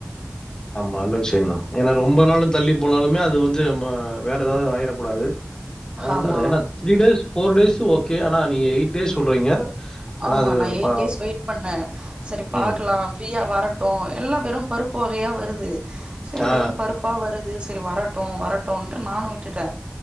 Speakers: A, on the left (about 20°); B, on the right (about 30°).
A: ஆமா நல்ல விஷயந்தா ஏன்னா ரொம்ப நாளும் தள்ளி போனாலுமே அது வந்து நம்ம வேற ஏதாவது ஆயிட கூடாது ஆ
B: ஆமா.
A: ஏன்னா three days four days okay ஆனா நீங்க எய்ட் டேஸ் சொல்றீங்க ஆனா
B: ஆமா
A: அது
B: நா எய்ட்
A: ப
B: டேஸ் வெயிட் பண்ணே சரி பாக்கலா
A: ம்.
B: ஃப்ரீயா வர ட்டு எல்லா வெறும் பருப்பு வகையா வருது சரி
A: ஆ.
B: வெறும் பருப்பா வரு சரி வரட்டு வரட்டுனுட்டு நானு விட்டுட்டே